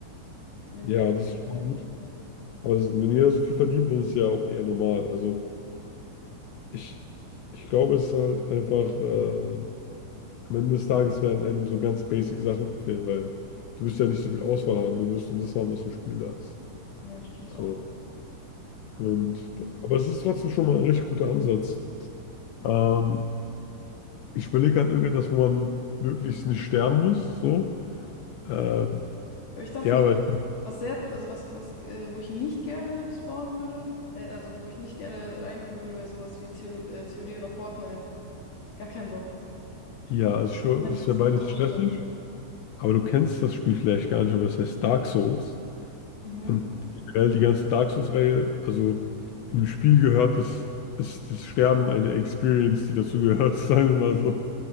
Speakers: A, on the left; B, on the left.
A: wenn
B: Ja,
A: die halt
B: das
A: aufsteigen.
B: ist schon gut. Aber das, wenn jeder so viel verdient, dann ist es ja auch eher normal. Also ich, ich glaube, es ist halt einfach, äh, am Ende des Tages werden einem so ganz basic Sachen fehlen, weil du wirst ja nicht so viel Auswahl haben, du wirst nur das haben, was im Spiel da ist.
A: Ja, stimmt
B: So.
A: auch. wieder.
B: Und, aber es ist trotzdem schon mal ein richtig guter Ansatz. Ähm, ich überlege halt irgendetwas, wo man möglichst nicht sterben muss. So. Ähm,
A: Aber ich dachte
B: ja,
A: mir, was,
B: weil
A: was sehr, also was, was äh, wo ich nicht gerne spawnen würde, äh, also wo ich nicht gerne reinkommen würde, wäre sowas wie Theo, äh, COD oder Fortnite. Gar keinen Bock.
B: Ja, also schon,
A: Ja,
B: das
A: Das
B: ist
A: ist
B: ja beides
A: ja nur anstrengend.
B: stressig, aber du kennst das Spiel vielleicht gar nicht, aber es heißt Dark Souls.
A: Mhm,
B: Und generell die ganze Dark Souls-Reihe, also in dem Spiel gehört das, ist das Sterben eine Experience, die dazu gehört, <laughs> sagen wir mal so.